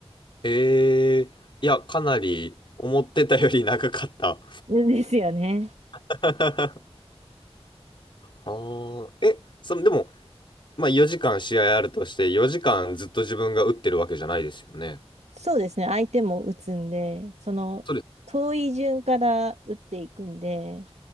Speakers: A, on the left (about 50°); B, on the right (about 85°).
A: えー、いや、かなり思ってたより長かった。
B: ですよね。
A: <laughs> ああ、え、その、でも、まあ4時間試合あるとして、4時間ずっと自分が打ってるわけじゃないですよね。
B: そうですね。相手も打つんで、その遠い順から打っていくんで、
A: そうです。